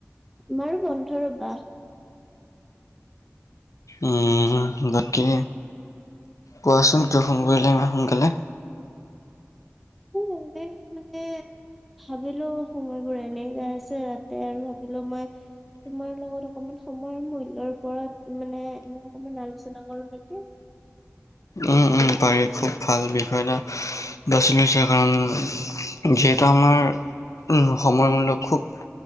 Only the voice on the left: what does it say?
উম, বাকী কোৱাচোন কিয় ফোন কৰিলে ইমান সোনকালে?
উম, উম, পাৰি খুব ভাল বিষয় এটা বাচি লৈছা কাৰণ যিহেতু আমাৰ উম, সময়মূলক খুব